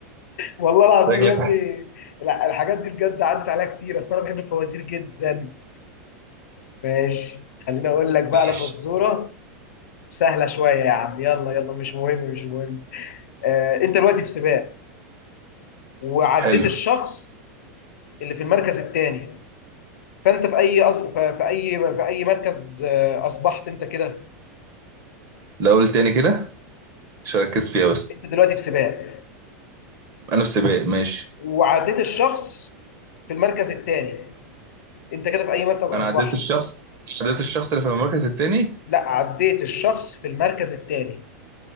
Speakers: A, on the left; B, on the right.
A: والله العظيم
B: شكلك
A: يا ابني لا الحاجات دي بجد عدت عليها كتير أصل انا بحب الفوازير جدا ماشي خليني اقول لك بقى على
B: ماشي
A: فزوره سهلة شوية يا عم يلا يلا مش مهم مش مهم آه انت دلوقتي في سباق وعديت
B: حلو
A: الشخص اللي في المركز الثاني فانت في اي أص... ف- في اي في اي مركز آه، اصبحت انت كده
B: لو قلت تاني كده عشان اركز فيها بس
A: انت دلوقتي في سباق
B: انا في سباق ماشي
A: وعديت الشخص في المركز الثاني انت كده في اي مركز اصبحت
B: انا عديت الشخص عديت الشخص اللي في المركز التاني
A: لا عديت الشخص في المركز الثاني